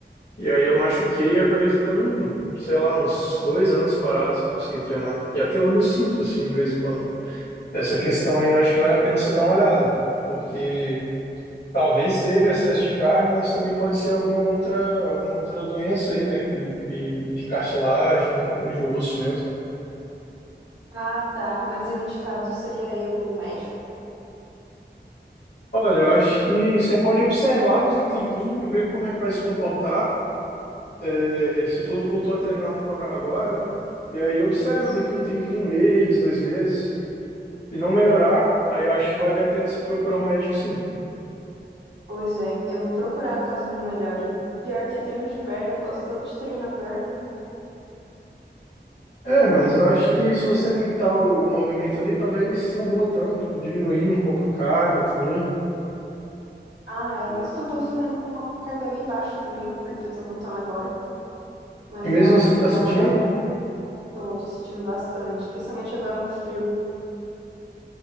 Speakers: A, on the left; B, on the right.
A: E aí eu machuquei e acabei ficando, sei lá, uns dois anos parado sem conseguir treinar. E até hoje eu sinto, assim, de vez em quando. Essa questão aí eu acho que vale a pena você dar uma olhada, né? porque talvez seja excesso de carga, mas também pode ser alguma outra, alguma outra doença aí, né, que, que- de cartilagem ou de osso mesmo.
B: Ah, tá. Mas o indicado seria eu num médico?
A: Olha, eu acho que você pode observar mais um tempinho, ver como é que vai se comportar. É, você falou que voltou a treinar por agora, né? E aí observa
B: Isso.
A: daqui um tempinho, um mês, dois meses. Se não melhorar, aí eu acho que vale a pena você procurar um médico, sim.
B: Pois é, eu vou procurar caso não melhore. Pior que é treino de perna, eu gosto tanto de treinar perna.
A: É, mas eu acho que se você limitar o movimento ali, talvez não doa tanto, diminuir um pouco a carga também.
B: Ah, é, mas eu tô fazendo com uma carga bem baixa também, porque eu tô voltando agora. Mas
A: E Mesmo
B: ah,
A: assim,
B: o ideal
A: tá sentindo?
B: é Tô, tô sentindo bastante, principalmente agora no frio.